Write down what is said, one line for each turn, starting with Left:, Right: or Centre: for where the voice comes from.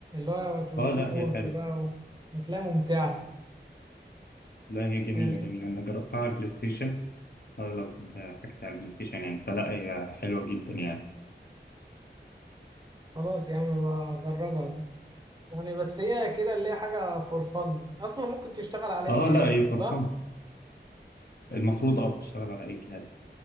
Right: هو
Left: اه
Right: تيم
Left: لا
Right: وورك
Left: هي حلوه
Right: بقى و- وتلاقيها ممتعة
Left: لا هي جميله
Right: يعني
Left: جميله انا جربتها على البلاي ستيشن اغلب حاجتي على البلاي ستيشن يعني فلا هي حلوه جدا يعني
Right: خلاص يا عم بجربها دي يعني بس هي كده اللي هي حاجة فور فن أصلا ممكن تشتغل على أي
Left: اه
Right: جهاز
Left: لا هي
Right: صح؟
Left: فور فن المفروض اه بتشتغل على اي جهاز